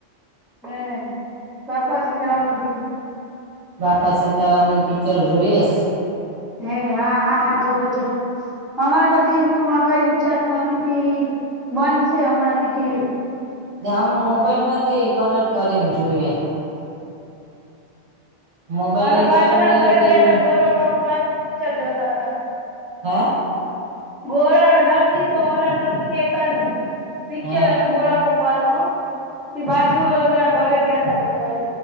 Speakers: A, in the centre; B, on the right.
A: હમ બાપા સધરાામ ભી
B: બાપા સીતારામ ન પિક્ચર જોઈએસ.
A: હે હા હા હા જોવો જો. અમારે તો ટીવી કઈ વિચસ નથી બંધ છે હમણાંથી ટીવી.
B: આમ મોબાઈલ માંથી કનેક્ટ કરીને જોઈએ. મોબાઈલ
A: હમે
B: એ
A: બાજુ
B: ચાલુ
A: ના
B: રહી
A: ઘરે
B: ને ટીવીમાં
A: દયા હતા ગોર કાર નું પિક્ચર જોતા હતા.
B: હા
A: ગોળ નરસિંહલા નરસિંહ મહેતા નું. પિક્ચર
B: હે
A: હતું ગોળા કુંભર નું એ બાજુ ના ઘરે ગયાતા જોવા.